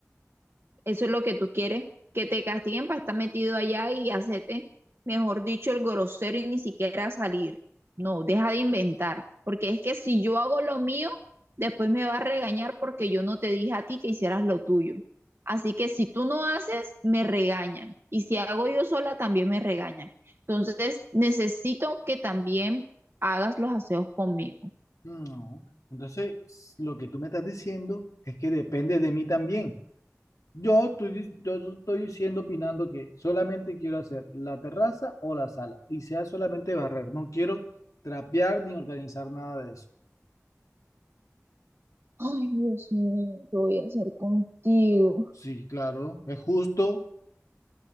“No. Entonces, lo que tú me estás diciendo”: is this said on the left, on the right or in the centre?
Left